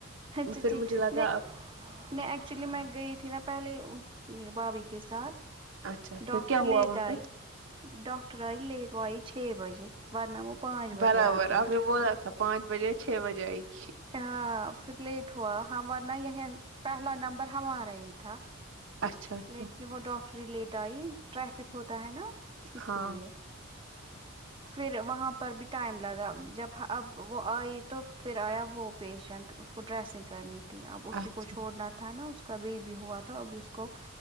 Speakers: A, on the right; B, on the right.
A: اچھا
B: پھر
A: ٹھیک
B: مجھے لگا
A: نہیں ایکچولی میں گئی تھی نا پہلے بابھی کے ساتھ
B: اچھا
A: ڈاکاکٹر
B: پھر کیا
A: لیٹ
B: ہوا وہاں
A: آئی
B: پہ
A: ڈاکاکٹر آئی لٹ آائی چھ بجے ورنہ وہ پانچ بجے
B: برابر
A: آتی
B: آپ
A: ہے
B: نے بولا تھا پانچ بجے چھ بجے آئی گ
A: اں پھر لیٹ ہوا ہم ورنہ یہ پہلا نمبر ہمارا یہ تھا
B: اچھا اچھا
A: لیکن وہ ڈاکٹری لیٹ آئی ٹریفک ہوتا ہے نا اس
B: ہاں
A: لیے پھر وہاں پر بھی ٹائم لگا جب اب وہ آئی تو پھر آیا وہ پیشنٹ اس کو ڈریسنگ کرنی تھی اب اسی
B: اچھا
A: کو چھوڑنا تھا نا اس کا بی بھی ہوا تھا اب اس کو